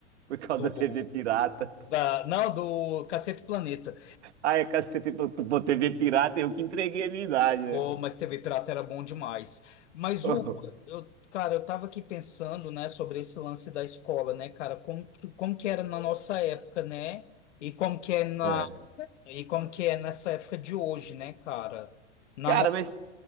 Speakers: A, on the right; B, on the left.
A: por causa
B: do
A: da TV pirata.
B: da não, do Cacete Planeta.
A: Ah, Ai, é cacete, pô, pô, TV pirata, eu que entreguei a minha idade, né?
B: Oh, mas TV Pirata era bom demais. Mas
A: <laughs>
B: o
A: Oh,
B: eu, cara, eu tava aqui pensando, né, sobre esse lance da escola, né, cara, como que, como que era na nossa época, né? E como que é na
A: é.
B: e como que é nessa época de hoje, né, cara? Na
A: Cara,
B: no...
A: mas